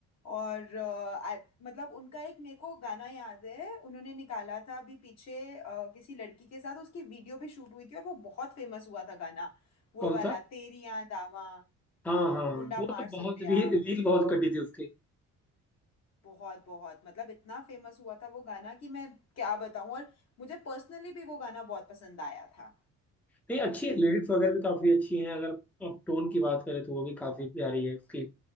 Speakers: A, on the left (about 60°); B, in the centre.
A: और अ, आ, मतलब उनका एक मेरे को गाना याद है उन्होंने निकाला था अभी पीछे अ, किसी लड़की के साथ उसकी वीडियो भी शूट हुई थी और वो बहुत फेमस हुआ था गाना वो
B: कौन
A: वाला
B: सा
A: तेरी याद आवा
B: हाँ हाँ हाँ,
A: मुंडा
B: वो
A: मार
B: तो बहुत
A: सुटिया
B: रील रील बहुत कटी थी उसकी
A: बहुत बहुत मतलब इतना फेमस हुआ था वो गाना कि मैं क्या बताऊं और मुझे पर्सनली भी वो गाना बहुत पसंद आया था
B: नहीं अच्छी है लिरिक्स वगैरह भी काफी अच्छी हैं अगर आप टोन की बात करें तो वो भी काफी प्यारी है उसकी